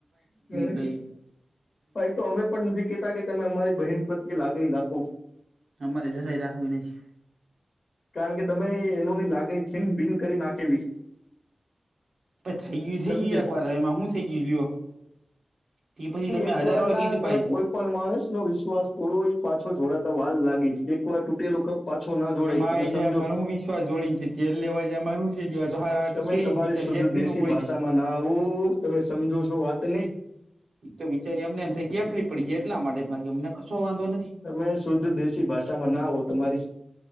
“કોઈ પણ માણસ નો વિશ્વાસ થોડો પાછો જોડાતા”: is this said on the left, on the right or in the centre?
Left